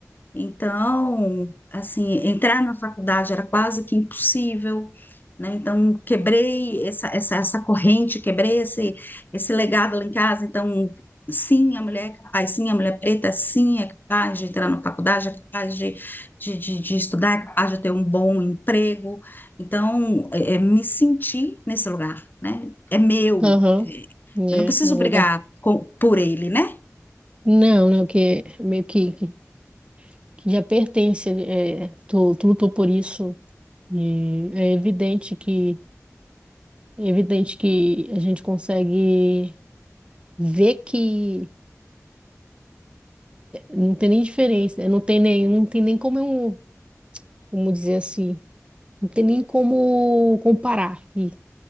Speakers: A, on the left (about 35°); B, on the right (about 20°).
A: Então, assim, entrar na faculdade era quase que impossível, né? Então, quebrei essa, essa, essa corrente, quebrei esse, esse legado lá em casa. Então, sim, a mulher é capaz, sim, a mulher preta, sim, é capaz de entrar na faculdade, é capaz de, de, de, de estudar, é capaz de ter um bom emprego. Então, é, é, me senti nesse lugar, né? É meu.
B: Aham.
A: é- Eu
B: É,
A: não preciso
B: é um
A: brigar
B: lugar.
A: com- por ele, né?
B: Não, né, que meio que que que já pertence, é, tu, tu lutou por isso E é evidente que é evidente que a gente consegue ver que não tem nem diferença, né? não tem nem, não tem nem como, eu- como dizer assim, não tem nem como comparar e,